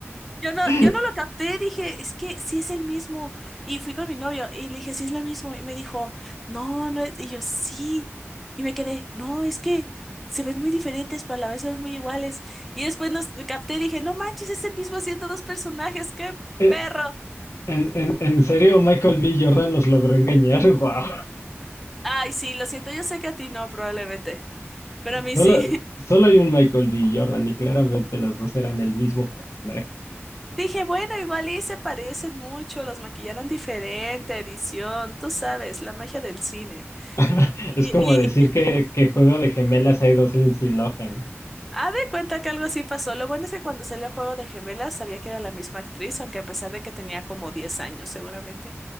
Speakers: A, in the centre; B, on the left (about 90°).
A: Yo no,
B: <laughs>
A: yo no lo capté, dije, es que sí es el mismo. Y fui con mi novio y le dije, sí es lo mismo. Y me dijo, no, no es. Y yo, sí. Y me quedé, no, es que se ven muy diferentes, pero a la vez se ven muy iguales. Y después nos capté y dije, no manches, es el mismo haciendo dos personajes, qué
B: Eh,
A: perro.
B: En, en, en serio, Michael B. Jordan los logró engañar. <laughs> Wow.
A: Ay, sí, lo siento, yo sé que a ti no, probablemente. Pero a mí
B: Solo,
A: sí.
B: solo hay un Michael B. Jordan y claramente los dos eran el mismo personaje.
A: <laughs> Dije, bueno, igual y se parecen mucho, los maquillaron diferente, edición, tú sabes, la magia del cine.
B: <laughs>
A: Y,
B: Es como decir que, que Juego de Gemelas hay dos Lindsay Lohan.
A: Ah, de cuenta que algo sí pasó. Lo bueno es que cuando salió el juego de gemelas sabía que era la misma actriz, aunque a pesar de que tenía como 10 años seguramente.